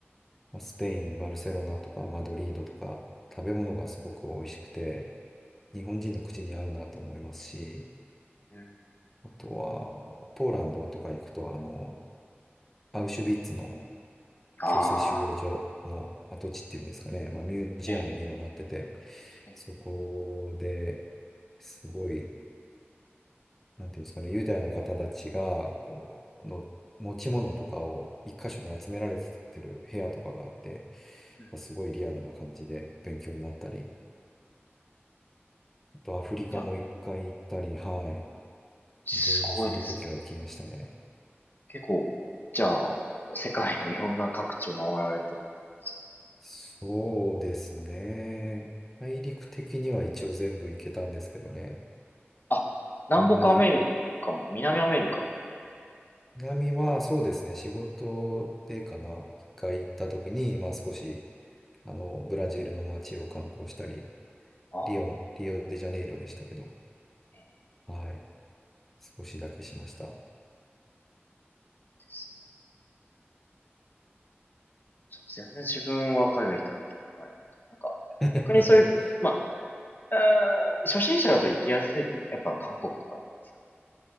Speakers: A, in the centre; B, on the left (about 45°).
A: まあ、スペイン、バルセロナとかマドリードとか食べ物がすごく美味しくて、日本人の口に合うなと思いますし、
B: うん。
A: あとはポーランドとか行くと、あの、アウシュビッツの
B: ああ、
A: 強制収容所の跡地っていうんですかね、まあ、ミュージアムに今なってて、
B: ええ、ええ。
A: そこですごいなんていうんですかね、ユダヤの方たちが、こう、の持ち物とかを一箇所に集められてる部屋とかがあって、
B: うん
A: すごいリアルな感じで勉強になったり、あとアフリカも一回行ったり、
B: いや、
A: はい。
B: すごいですね。
A: いろいろその時は行きましたね。
B: 結構、じゃあ、世界のいろんな各地を回られてるってことですよ。
A: そうですね。大陸的には一応全部行けたんですけどね。
B: あ、南北アメリカも、
A: あんまり、
B: 南アメリカも。
A: 南はそうですね、仕事でかな、一回行った時に、まあ少し、あの、ブラジルの街を観光したり、
B: あ
A: リオ、リオデジャネイロでしたけど、
B: あ、いい
A: はい。少しだけしました。
B: ですね。ちょっと全然自分は海外行ったことがないので。なんか、
A: <laughs>
B: 逆にそういう、まあ、あー初心者だと行きやすい国、やっぱ韓国とかなんですかね